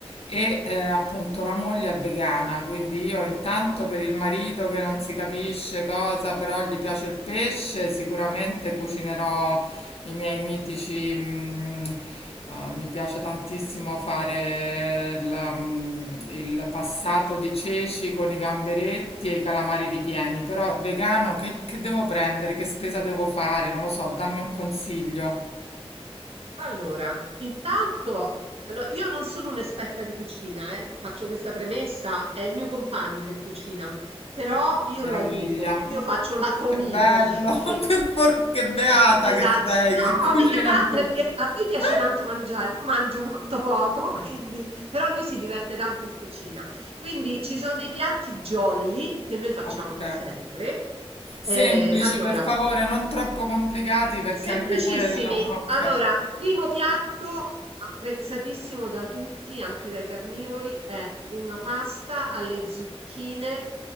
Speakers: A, on the left; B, on the right.
A: E eh, appunto la moglie è vegana, quindi io intanto per il marito che non si capisce cosa, però gli piace il pesce, sicuramente cucinerò i miei mitici. mm, eh, mi piace tantissimo fare la, mm, il passato di ceci con i gamberetti e i calamari ripieni, però vegano che che devo prendere? Che spesa devo fare? Non lo so, dammi un consiglio.
B: Allora, intanto, allora, io non sono un'esperta di cucina, eh, Faccio questa premessa, è il mio compagno che cucina, però io
A: Meraviglia.
B: lo aiuto, quindi io faccio la comì
A: Che bello,
B: praticamente.
A: <laughs> per for- che beata
B: Esatto.
A: che sei,
B: No,
A: che cucina
B: mica tanto
A: il tuo...
B: perché a lui piace
A: <laughs>
B: tanto mangiare, io mangio molto poco, <laughs> quindi, però lui si diverte tanto in cucina. Quindi ci sono dei piatti jolly che noi facciamo
A: Ok.
B: sempre.
A: Semplici,
B: Eh, allora,
A: per favore, non troppo complicati
B: S
A: perché
B: semplicissimi.
A: anche quella... Ok,
B: Allora, primo piatto apprezzatissimo da tutti, anche dai carnivori, è una pasta alle zucchine